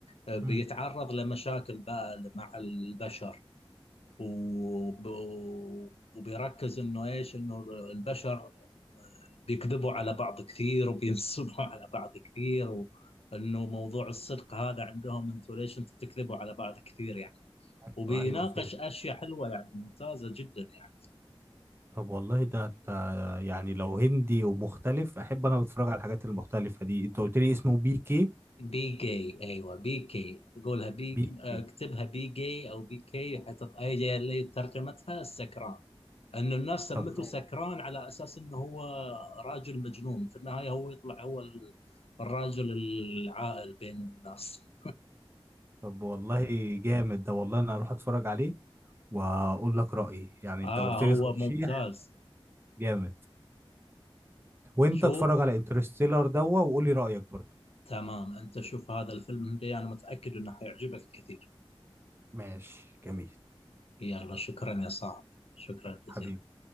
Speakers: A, on the left (about 80°); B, on the right (about 25°).
A: آه، بيتعرض
B: مم.
A: لمشاكل بقى مع البشر وب... وبيركز انه ايش انه البشر بيكذبوا على بعض كثير وبينصبوا <laughs> على بعض كثير وانه موضوع الصدق هذا عندهم انتوا ليش انتوا تكذبوا على بعض كثير يعني
B: ايوه
A: وبيناقش
B: ايوه فيلم
A: اشياء حلوه يعني ممتازه جدا يعني
B: طب والله ده انت يعني لو هندي ومختلف احب انا اتفرج على الحاجات المختلفه دي انت قلت لي اسمه بي كي
A: بي جي ايوه بي كي قولها بي
B: بي
A: اكتبها
B: كي
A: بي جي او بي كي حتط... هي اللي ترجمتها السكران انه الناس سمته
B: طب ماشي
A: سكران على اساس انه هو راجل مجنون في النهايه هو يطلع هو ال- الراجل العاقل بين الناس
B: طب والله جامد ده والله انا هروح اتفرج عليه واقول لك رايي يعني
A: اه
B: انت قلت
A: هو
B: لي ترشيح
A: ممتاز
B: جامد وانت
A: شو
B: اتفرج على انترستيلر دوا وقول لي رايك برضو
A: تمام انت شوف هذا الفيلم هندي انا متاكد انه حيعجبك كثير
B: ماشي جميل
A: يلا شكرا يا صاحبي شكرا جزيلا
B: حبيبي